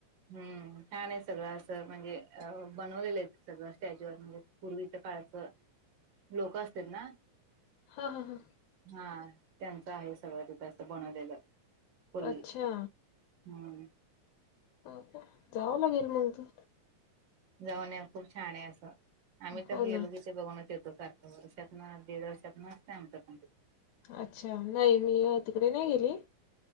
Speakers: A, on the right; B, on the left.
A: हम्म छान सगळं असं म्हणजे अ बनवलेलं आहेत. सगळं स्टॅज्यूवर म्हणजे पूर्वीच काळचं. लोक असत ना.
B: हा हा हा
A: हा त्यांचं आहे सगळं जास्त बनवलेलं. पूर्वी
B: अच्छा
A: हम्म
B: का जावं लागेल मग तू.
A: जाऊन खूप छान आहे असं आम्ही तर
B: हो
A: गेलो.
B: ना
A: े बघूनच येतो सारख्या वर्षात ना दीड वर्षात नसते आमचं.
B: अच्छा नाही मी तिकडे नाही गेली